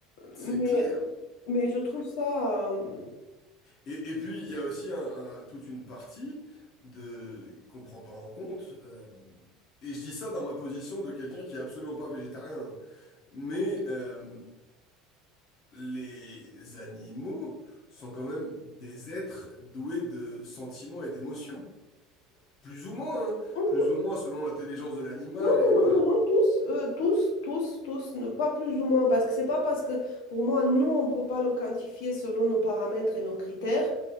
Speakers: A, on the left; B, on the left.
A: c'est
B: mais,
A: clair.
B: mais je trouve ça... euh, mhm,
A: Et, et puis, il y a aussi un- un- toute une partie de qu'on prend pas en compte. euh, et je dis ça dans ma position de quelqu'un qui est absolument pas végétarien. Mais euh, les animaux sont quand même des êtres doués de sentiments et d'émotions. Plus ou moins, hein.
B: mhm.
A: Plus ou moins selon l'intelligence de l'animal.
B: Non,
A: Et
B: non,
A: voilà.
B: non, non, non, tous, euh, tous, tous, tous, ne- pas plus ou moins, parce que c'est pas parce que, pour moi, nous, on peut pas le quantifier selon nos paramètres et nos critères.